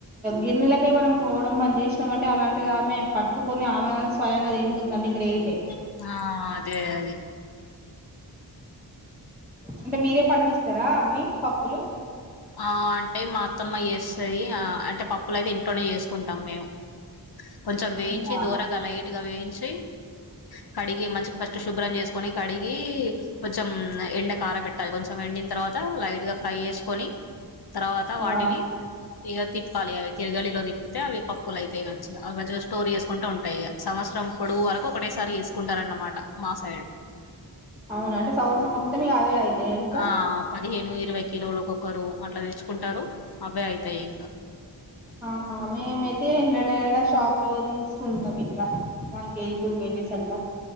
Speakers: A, in the centre; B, on the left.
A: గిన్నెల ఇంకె మనం పోవడం బంద్ చేసినాం అంటే అలాంటిది ఆమె పట్టుకుని ఆమె స్వయంగా తింటుందంటే అంటే గ్రేటే
B: ఆ అదే అది
A: అంటే మీరే పండిస్తారా అన్ని పప్పులు
B: ఆ అంటే మా అత్తమ్మ చేస్తుంది ఆ అంటే పప్పులయితే ఇంట్లోనే చేసుకుంటాం మేము కొంచం వేయించి
A: అవునా
B: దొరగా లైట్ గా వేయించి కడిగి మంచి ఫస్ట్ శుభ్రం చేసుకొని కడిగి కొంచెం ఎండ కార పెట్టాలి కొంచెం ఎండిన తర్వాత లైట్ గా ఫ్రై చేసుకొని తర్వాత
A: ఆ
B: వాటిని ఇగ తిప్పాలి అవి తిరగలిలో తిప్ కాకపోతే అవి పప్పులు అయితాయి మంచిగా అవి మంచిగా స్టోర్ చేసుకుంటే ఉంటాయి సంవత్సరం పొడుగు వరకు ఒకేసారి చేసుకుంటారు అన్నమాట మా సైడ్
A: అవునా అంటే సంవత్సరం మొత్తం ఇగ అవే అయితయా ఇంక
B: ఆ పదిహేను ఇరవై కిలోలు ఒకొక్కరు అట్లా తెచ్చుకుంటారు అవే అయితాయి ఇంకా
A: ఆ మేమైతే నెల నెల షాప్ లో తీసుకుంటాం ఇట్లా వన్ కేజీ టూ కేజీస్ అట్లా